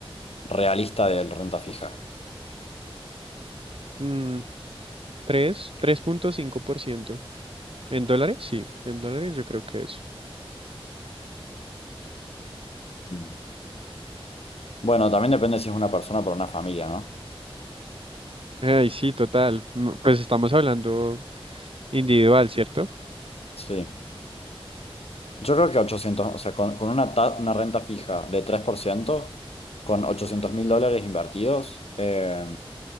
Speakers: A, on the left; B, on the right.
A: realista de renta fija?
B: Mm, ¿Tres? tres punto cinco por ciento, ¿En dólares? Sí, en dólares yo creo que es.
A: Mm. Bueno, también depende si es una persona por una familia, ¿no?
B: Ay, sí, total. Mm, Pues estamos hablando individual, ¿cierto?
A: Sí. Yo creo que ochocientos o sea, con, con una, ta- una renta fija de 3% con ochocientos mil dólares invertidos, eh,